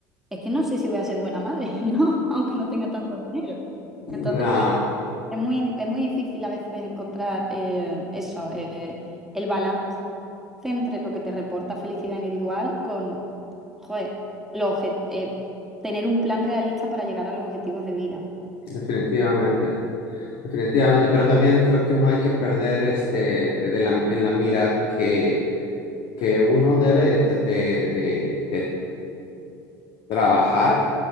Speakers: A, in the centre; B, on the left.
A: es que no sé si voy a ser buena madre, <laughs> ¿no? Aunque no tenga tanto dinero. Entonces,
B: Una,
A: pues es muy, es muy difícil a veces encontrar eh, eso, eh, el balance entre lo que te reporta felicidad individual con, joder, los obje- eh, tener un plan realista para llegar a los objetivos de vida.
B: Definitivamente, definitivamente, pero también creo que no hay que perder este de la, en la mira que, que uno debe de, tra- de- de- de trabajar